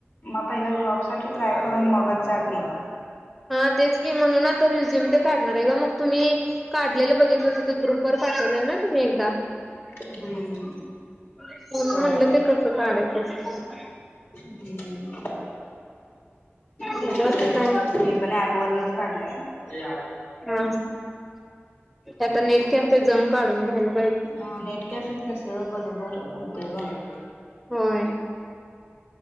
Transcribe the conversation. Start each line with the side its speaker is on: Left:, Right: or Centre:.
Left: मग पहिला जॉब साठी ट्राय करून मग च जा की
Centre: हा तेच की म्हणून ना तर रेझूम काढणार आहे का मग तुम्ही काढलेलं बघित ल ग्रुप वर पाठवले ना तुम्ही एकदा
Left: हम्म
Centre: म्हणलं
Left: होय.
Centre: ते कसं काढायचं असतं
Left: हम्म ते
Centre: म्हणजे आता का
Left: मी वरूनच काढलेल ए
Centre: हा आता नेट कॅफे मध्ये जाऊन काढून घेतो
Left: हा नेट कॅफेत कस बरोबर होतं ग
Centre: होय